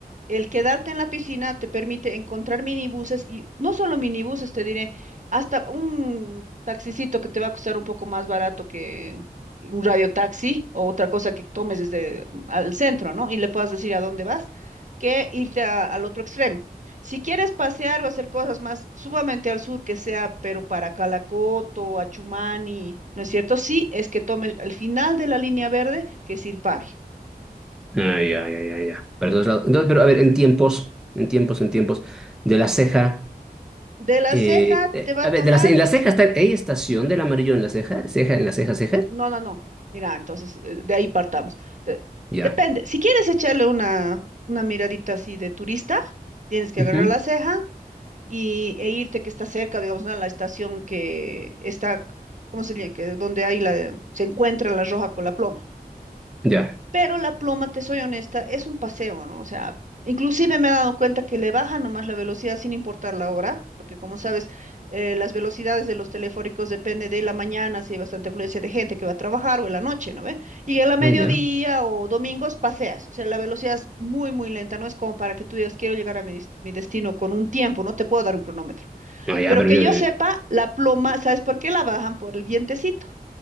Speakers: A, on the right; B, in the centre.
A: el quedarte en la piscina te permite encontrar minibuses y no solo minibuses, te diré, hasta un taxicito que te va a costar un poco más barato que un radiotaxi o otra cosa que tomes desde mm, al centro, ¿no? Y le puedas decir a dónde vas, que irte a- al otro extremo. Si quieres pasear o hacer cosas más, sumamente al sur, que sea, pero para Calacoto, Achumani, ¿no es cierto? Sí, es que tomes al final de la línea verde, que es Irpavi.
B: Ah, ya, ya, ya, ya. Para todos lados. Entonces, pero a ver, en tiempos, en tiempos, en tiempos, de la ceja,
A: De la
B: eh,
A: Ceja
B: eh,
A: te va
B: a
A: a
B: ver,
A: tomar
B: de la ce- en la ceja está, ¿hay estación del amarillo en la ceja? ¿Ceja en la ceja, ceja?
A: No, no, no. Mira, entonces eh, de ahí partamos. De-
B: Ya.
A: depende. Si quieres echarle una, una miradita así de turista, tienes que
B: Ujú.
A: agarrar la ceja y, e irte que está cerca, digamos, ¿no? a la estación que está, ¿cómo se llama? Que, donde hay la, se encuentra la roja con la ploma.
B: Ya.
A: Pero la pluma, te soy honesta, es un paseo, ¿no? O sea, inclusive me he dado cuenta que le baja nomás la velocidad sin importar la hora, porque como sabes, eh, las velocidades de los teleféricos depende de la mañana, si hay bastante afluencia de gente que va a trabajar o en la noche, ¿no ve? Y en la mediodía
B: Ah, ya.
A: o domingos paseas, o sea, la velocidad es muy, muy lenta, no es como para que tú digas, quiero llegar a mi, des- mi destino con un tiempo, no te puedo dar un cronómetro.
B: Ah, ya,
A: Pero
B: pero
A: que
B: yo...
A: yo sepa, la pluma, ¿sabes por qué la bajan? Por el vientecito